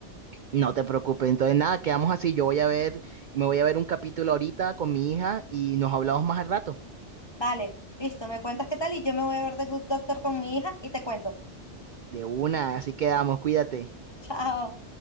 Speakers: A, on the right (about 55°); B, on the left (about 20°).
A: No te preocupes. Entonces, nada, quedamos así. Yo voy a ver, me voy a ver un capítulo ahorita con mi hija y nos hablamos más al rato.
B: vale, listo, me cuentas qué tal y yo me voy a ver The Good Doctor con mi hija y te cuento.
A: De una, así quedamos, cuídate.
B: Chao.